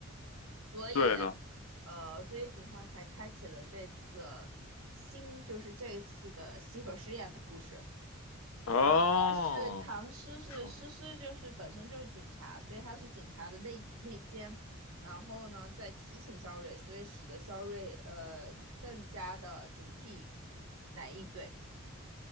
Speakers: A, on the right; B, on the left.
A: 所以，
B: 对的。
A: 呃，所以警方才开启了这次新，就是这次的西河试验的故事。
B: 哦，
A: 然后但是唐诗是诗诗就是本身就是警察，
B: 你说，
A: 所以他是警察的内内奸，然后呢在提醒肖瑞，所以使得肖瑞呃更加的警惕来应对。